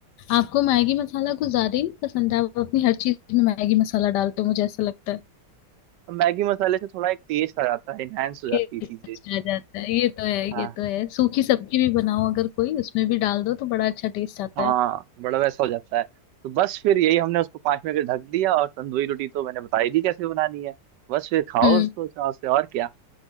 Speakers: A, on the left; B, on the right.
A: आपको मैगी मसाला कुछ ज्यादा ही नहीं पसंद है आप अपनी हर चीज में मैगी मसाला डालते हो मुझे ऐसा लगता है
B: मैगी मसाले से थोड़ा एक टेस्ट आ जाता है एनहांस हो जाती
A: ये
B: है चीजें
A: अच्छा आ जाता है ये तो है
B: हाँ
A: ये तो है सूखी सब्जी भी बनाओ अगर कोई उसमें भी डाल दो तो बड़ा अच्छा टेस्ट आता
B: हाँ
A: है
B: बड़ा वैसा हो जाता है तो बस फिर यही हमने उसको पाँच मिनट के लिए ढक दिया और तंदूरी रोटी तो मैंने बताई दी कैसे बनानी है बस फिर खाओ
A: हम्म
B: उसको चाव से और क्या